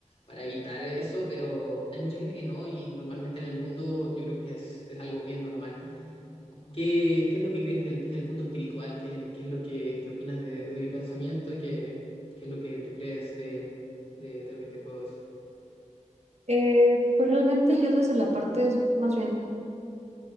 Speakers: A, on the left; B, on the right.
A: para evitar eso, pero hay mucha gente que no y normalmente en el mundo yo creo que es, es algo bien normal. ¿Qué, qué es lo que crees del, del punto espiritual? ¿Qué, qué es lo que, qué opinas de, de mi pensamiento? y ¿Qué, qué es lo que tú crees de, de, de lo que te puedo decir?
B: Eh, pues realmente yo desde la parte, más bien